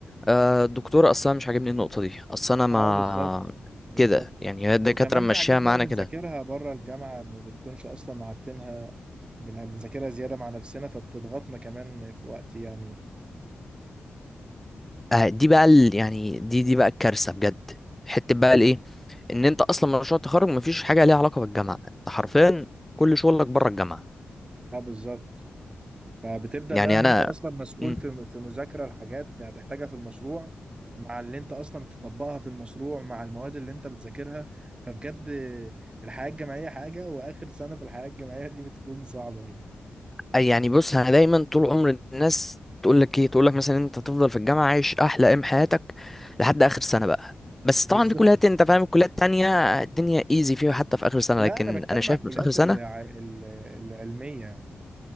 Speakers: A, in the centre; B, on the right.
A: آه الدكتور اصلا مش عاجبني النقطه دي اصل انا ما
B: اه بالظبط بالظبط
A: كده يعني هي الدكاتره
B: وكمان
A: ماشيها
B: في حاجات بقى
A: معانا
B: بنذاكرها
A: كده
B: بره الجامعه ما بنكونش اصلا عارفينها بن- بنذاكرها زياده مع نفسنا فبتضغطنا كمان في وقت يعني
A: آه، دي بقى ال... يعني دي دي بقى الكارثه بجد حته بقى الايه ان انت اصلا مشروع التخرج مفيش حاجه ليها علاقه بالجامعه انت حرفيا كل شغلك بره الجامعه
B: اه بالظبط فبتبدأ
A: يعني
B: بقى ان
A: انا
B: انت اصلا مسؤول
A: مم.
B: في في مذاكرة الحاجات اللي هتحتاجها في المشروع مع اللي انت اصلا تطبقها في المشروع مع المواد اللي انت بتذاكرها فبجد الحياة الجامعية حاجة واخر سنة في الحياة الجامعية دي بتكون صعبة أوي
A: أي- يعني بص انا دايما طول عمر الناس تقول لك ايه تقول لك مثلا انت تفضل في الجامعه عايش احلى ايام حياتك لحد اخر سنه بقى بس
B: بالظبط
A: طبعا في كليات انت فاهم الكليات التانية الدنيا ايزي فيها حتى في اخر سنه
B: لا
A: لكن
B: انا بتكلم
A: انا شايف
B: على الكليات
A: إن في اخر سنه
B: الع- ال- العلمية